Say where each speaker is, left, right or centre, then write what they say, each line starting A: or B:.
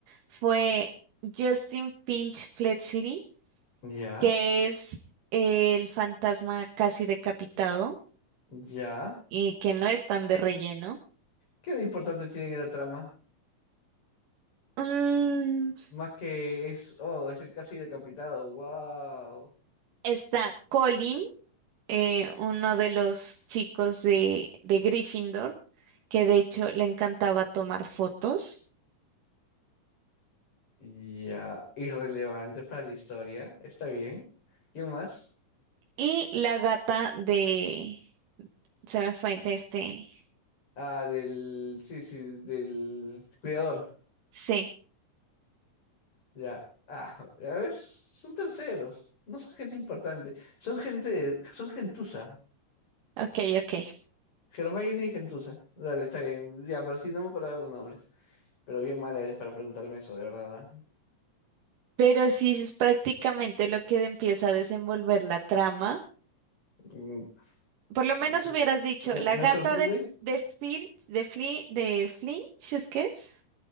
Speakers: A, on the right; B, on the left.
A: fue Justin Finch Fletchery,
B: Ya,
A: que es el fantasma casi decapitado
B: ya.
A: y que no es tan de relleno.
B: ¿Qué de importante tiene en la trama?
A: Mm,
B: Más que es, oh, es el casi decapitado, wow.
A: está Colin, eh, uno de los chicos de, de Gryffindor, que de hecho le encantaba tomar fotos.
B: Ya, irrelevante para la historia, está bien. ¿Quién más?
A: Y la gata de... Se me fue de este...
B: Ah, del, sí, sí, del cuidador.
A: Sí,
B: Ya, ah, ya ves, son terceros, no son gente importante, son gente, de- son gentuza,
A: ok, ok.
B: Hermione y gentuza. Dale, está bien, ya, pero sí, no me acordaba los nombres. Pero bien mala eres para preguntarme eso, de verdad, ¿ah?
A: Pero sí es prácticamente lo que empieza a desenvolver la trama.
B: Mm,
A: Por lo menos
B: mm,
A: hubieras dicho,
B: Me,
A: la
B: me
A: gata
B: sorprende,
A: de, F- de Filch, de Fli, de Flinch, ¿es que es?